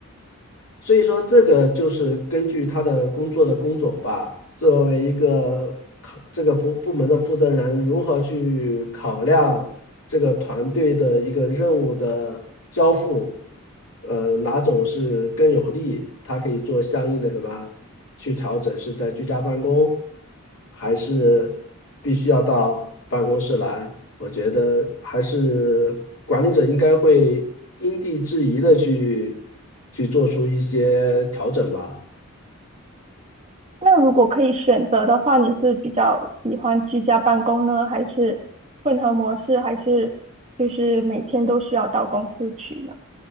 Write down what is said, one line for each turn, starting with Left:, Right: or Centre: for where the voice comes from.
Left: 所以说，这个就是根据他的工作的工种吧，作为一个考这个部部门的负责人，如何去考量这个团队的一个任务的交付，呃，哪种是更有利，他可以做相应的什么去调整，是在居家办公，还是必须要到办公室来？我觉得还是管理者应该会因地制宜的去去做出一些调整吧。
Right: 那如果可以选择的话，你是比较喜欢居家办公呢，还是混合模式，还是就是每天都需要到公司去呢？